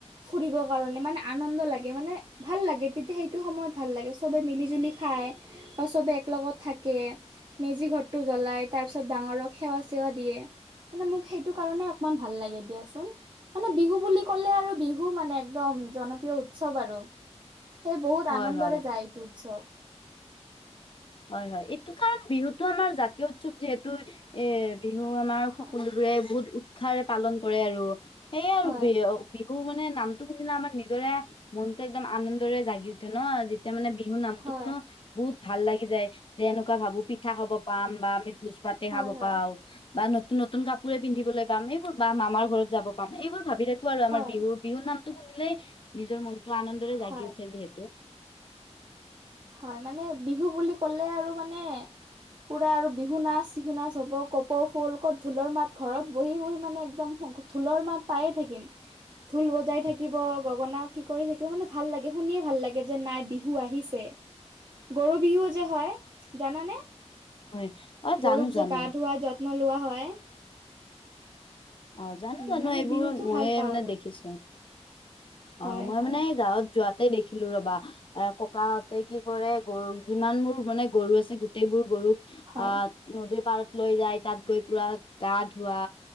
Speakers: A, on the right; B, on the left.
A: ফুৰিব কাৰণে মানে আনন্দ লাগে মানে, ভাল লাগে তেতিয়া সেইটো সময়ত ভাল লাগে চবে মিলিজুলি খায় বা চবে একলগত থাকে, মেজি ঘৰটো জ্বলাই, তাৰ পিছত ডাঙৰক সেৱা চেৱা দিয়ে। মানে মোক সেইটো কাৰণে অকমান ভাল লাগে দিয়াচোন। মানে বিহু বুলি ক'লে আৰু বিহু মানে একদম জনপ্ৰিয় উৎসৱ আৰু সেই বহুত
B: হয়
A: আনন্দৰে
B: হয়
A: যায় এইটো উৎসৱ।
B: হয় হয় এইটো কাৰণ বিহুতটো আমাৰ জাতীয় উৎসৱ যিহেতু এ বিহু আমাৰ
A: হয়
B: সকলো ওৰে বহুত উৎসাহৰে পালন কৰে আৰু সেইয় আৰু
A: হয়
B: বিহু মানে নামতটো শুনিলে আমাৰ নিজৰে মনতটো একদম আনন্দৰে জাগি উঠ তেতিয়া ন, যেতিয়া মানে বিহু নামটোসোনো
A: হয়,
B: বহুত ভাল লাগে যাই যে এনেকুৱা ভাবো, পিঠা খাব পাম বা আমি ভোজ ভাতে
A: হয়,
B: খাব
A: হয়,
B: পাওঁ। বা নতুন নতুন কাপোৰে পিন্ধিবলৈ পাম, এইবোৰ বা মামাৰ ঘৰত যাব পাম। এইবোৰ ভাবি থাকো আৰু
A: হয়,
B: আমাৰ বিহুত বিহুৰ নামটো শুনিলেই নিজৰ মনটো আনন্দৰে জাগি
A: হয়,
B: উঠে যিহেতু।
A: হয় মানে বিহু বুলি ক'লে আৰু মানে পুৰা আৰু বিহু নাচ, চিহু নাচ হ'ব কপৌ ফুল, ক'ত ঢোলৰ মাত ঘৰত বহি বহি মানে একদম ঢোলৰ মাত পায়ে থাকিম। ঢোল বজাই থাকিব, গগনা কি কৰি থাকিব, মানে ভাল লাগে শুনিয়ে ভাল লাগে যে নাই বিহু আহিছে। গৰু বিহু যে হয় জানানে?
B: হয় অ
A: গৰুক
B: জানো
A: যে
B: জানো
A: গা ধুৱাই য'ত ন্ন লোৱা হয়।
B: অ জানো
A: উম
B: জানো
A: মানে
B: এইবোৰ,
A: বিহুতো
B: ময়ে
A: ভাল পাওঁ
B: মানে
A: আৰু
B: দেখিছো। অ
A: হয়
B: মই
A: হয়
B: মানে গাঁৱত যোৱাতে দেখিলো ৰবা এ ককাহঁতে কি কৰে, গৰু যিমান বোৰ মানে গৰু আছে গোটেই বোৰ গৰুক
A: হয়
B: আহ নদীৰ পাৰত লৈ যায়, তাত গৈ পুৰা গা ধোৱা,